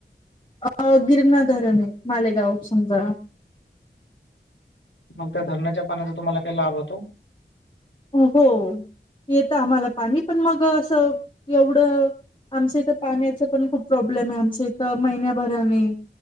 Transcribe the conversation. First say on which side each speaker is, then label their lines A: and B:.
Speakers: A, on the left (about 25°); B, on the left (about 80°).
A: अ गिरणा धरण आहे मालेगाव समजा.
B: मग त्या धरणाच्या पाण्याचा तुम्हाला काही लाभ होतो?
A: हो येत आम्हाला पाणी पण मग असं एवढं आमचं इथं पाण्याच पण खूप प्रॉब्लेम आहे आमच्या इथं महिन्याभराने.